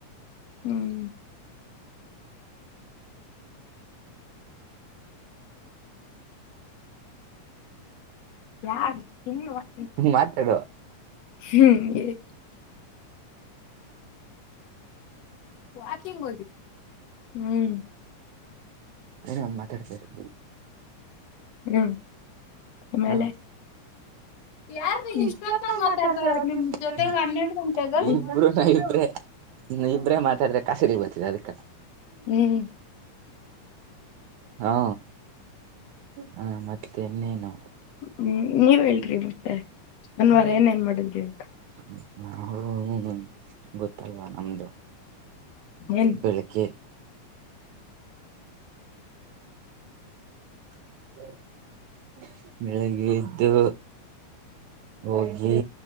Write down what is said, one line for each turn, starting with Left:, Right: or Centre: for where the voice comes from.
Left: ಹ್ಮ್ ಎಡ್ಡ ತಿಂಗಳ ಹೊಂಟಿ.
Right: ಮಾತಾಡು
Left: ಹ್ಮ್ ವಾಕಿಂಗ್ ಹೋಗಿ ಹ್ಮ್.
Right: ಏನ್ ಹಂಗ ಮಾತಾಡ್ತ ಇರೋದು.
Left: ಹ್ಮ್ ಆಮೇಲೆ
Right: ಹಾ
Left: ಯಾರ್ರೀ
Right: ಯಾ
Left: ಇಷ್ಟೊತ್ತಾಗ
Right: ಇಷ್ಟೊತ್ತಂಗ
Left: ಮಾತಾಡ್ತವ್ರ
Right: ಮಾತಾಡ್ತಾ ಇರೋದು ನಿಮ್
Left: ಜೊತೆಗ
Right: ಜೊತೆ
Left: ಹನ್ನೆರಡು
Right: ನಾನು
Left: ಗಂಟೆಗ
Right: ಬಿಡು ಟೈಮ್ ಇದ್ರೆ. ಹ್ಮ ನಾವ್ ಇಬ್ರೇ ಮಾತಾಡ್ರೆ ಕಾಸಿಗೆ ಬರುತ್ತೆ ಅದಕ್ಕೆ
Left: ಹ್ಮ್.
Right: ಹಾ ಹ ಮತ್ತೆ ಇನ್ನೇನು.
Left: ಹ್ಮ್ ನೀವ್ ಹೇಳ್ರಿ ಮತ್ತೆ ಭಾನುವಾರ ಏನ್ ಏನ್ ಮಾಡಿದ್ರಿ ಅಂತ.
Right: ಹ್ಮ ಹ್ಮ್ ಹ್ಮ ಗೊತ್ತಲ್ವಾ ನಮ್ದು.
Left: ಏನ್
Right: ಬೆಳಿಗ್ಗೆ. <unintelligible> ಬೆಳಿಗ್ಗೆ ಎದ್ದು ಹೋಗಿ